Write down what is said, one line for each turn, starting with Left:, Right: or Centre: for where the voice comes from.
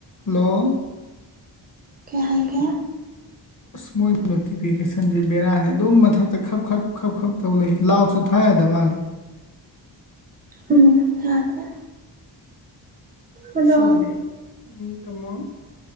Left: hello
Right: ꯀꯩ ꯍꯥꯏꯒꯦ
Left: ꯑꯁ ꯃꯣꯏꯅ ꯅꯣꯇꯤꯐꯤꯀꯦꯁꯟꯁꯤ ꯕꯦꯔꯥꯅꯤ ꯑꯗꯨꯝ ꯃꯊꯛꯇ ꯈꯞ ꯈꯞ ꯈꯞ ꯈꯞ ꯇꯧ ꯂꯩ ꯂꯥꯎꯗꯁꯨ ꯊꯥ ꯌꯥꯗ ꯃꯥꯜꯂꯦ
Right: ꯎꯝ ꯌꯥꯗꯦ ꯑꯗꯣ
Left: ꯁꯤꯅꯅꯦ ꯎꯝ ꯇꯨꯃꯣ